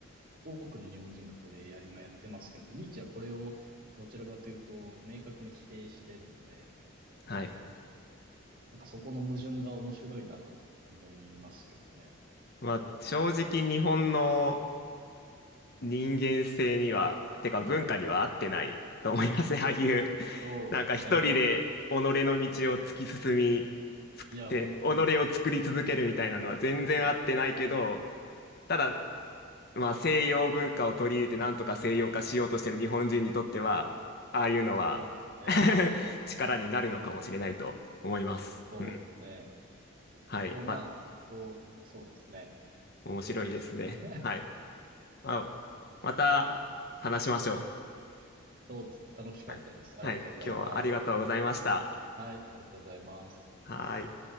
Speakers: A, on the right; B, on the left.
A: 多くの日本人がこれや、今やってますけど、ニーチェはこれをどちらかというと、明確に否定してるんで、
B: はい。
A: なんかそこの矛盾が面白いなとも思いますけどね。
B: まあ、正直日本の人間性には、てか文化には合ってないと思いますね。<laughs> ああいう、
A: そうですね。
B: なんか一人で己の道を突き進み、つくで、
A: いや、本当に
B: 己を作り続けるみたいなのは全然合ってないけど、ただ、まあ西洋文化を取り入れてなんとか西洋化しようとしてる日本人にとっては、ああいうのは
A: そうですね。
B: <laughs> 力になるのかもしれないと思います。
A: そうですね。
B: うん。はい。
A: こう、
B: まあ、
A: まあ、こう、そうですね。
B: 面白いですね。
A: その通りですね。
B: はい。あ、
A: はい
B: また話しましょ
A: そうですね。楽しかったです。
B: う。はい。
A: ありがとうございます。
B: はい。今日はありがとうございました。
A: はい、ありがとうございます。
B: はーい。